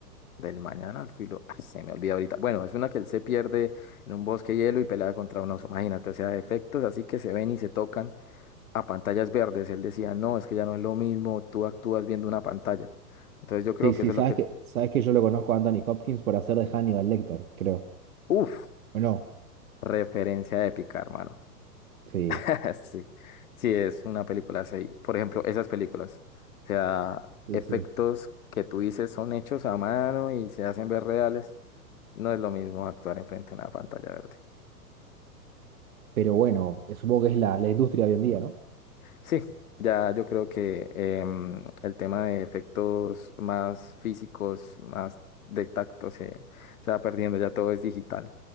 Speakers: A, on the left; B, on the right.
A: del mañana al filo. Ay, se me olvida ahorita. Bueno, es una que él se pierde en un bosque de hielo y pelea contra un oso. Imagínate, o sea, efectos así que se ven y se tocan a pantallas verdes. Él decía, no, es que ya no es lo mismo, tú actúas viendo una pantalla. Entonces yo creo
B: Sí, sí,
A: que eso
B: sabes
A: es lo que...
B: que, sabes que yo lo conozco a Anthony Hopkins por hacer de Hannibal Lecter, creo.
A: Uf,
B: ¿O no?
A: referencia épica, hermano.
B: Sí,
A: <laughs> Sí, sí, es una película así. Por ejemplo, esas películas. O sea,
B: sí,
A: efectos
B: sí.
A: que tú dices son hechos a mano y se hacen ver reales. No es lo mismo actuar enfrente de una pantalla verde.
B: Pero bueno, eh, supongo que es la, la industria hoy en día, ¿no?
A: Sí, ya yo creo que em, el tema de efectos más físicos, más de tacto, se, se va perdiendo, ya todo es digital,